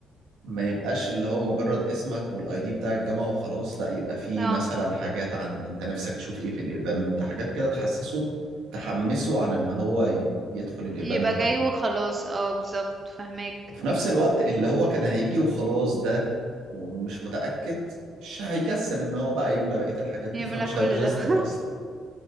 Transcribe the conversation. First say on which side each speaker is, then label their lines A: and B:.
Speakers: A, on the right; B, on the right.
A: ما يبقاش اللي هو مجرد اسمك والاي دي بتاع الجامعة وخلاص لا يبقى فيه
B: اه
A: مثلا حاجات عن انت نفسك تشوف ايه في الايفنت حاجات كده تحسسه تحمسه عن ان هو ي- يدخل الايفنت
B: يبقى
A: او
B: جاي
A: كده
B: وخلاص اه بالظبط فهماك
A: وفي نفس الوقت اللي هو كان هيجي وخلاص ده ومش متأكد مش هيكسل ان هو بقى يملى بقية الحاجات دي
B: يملى
A: فمش
B: كل
A: هيرجستر
B: ده <laughs>
A: اصلا